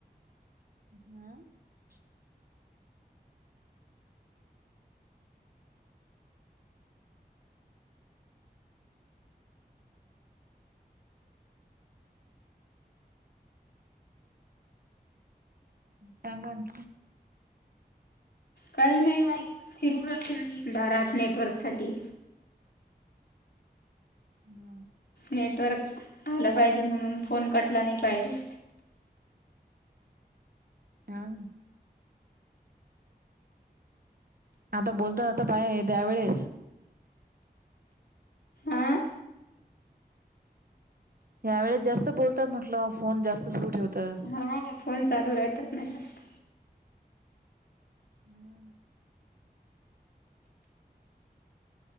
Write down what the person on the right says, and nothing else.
हमम <unintelligible> सांगा आणखीन.
हम् <unintelligible>
हा. आता बोलतात आता पाहे त्यावेेळेस
यावेळेस जास्त बोलतात म्हटलं, फोन जास्त सुरू ठेवतं.
हम्म <unintelligible>